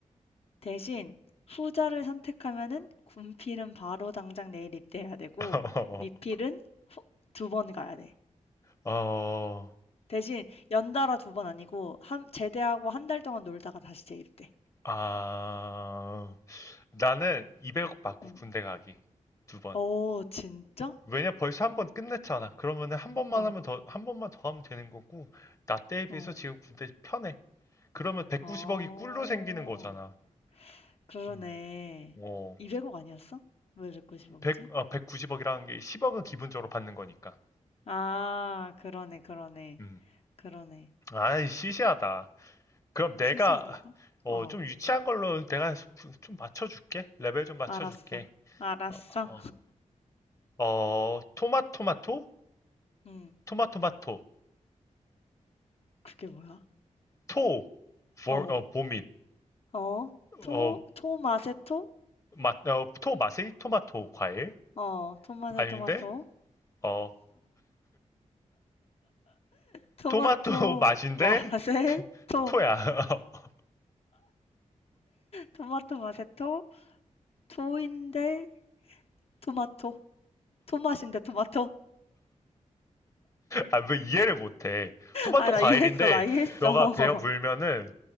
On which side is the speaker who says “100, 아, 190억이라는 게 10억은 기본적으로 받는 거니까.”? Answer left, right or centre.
Left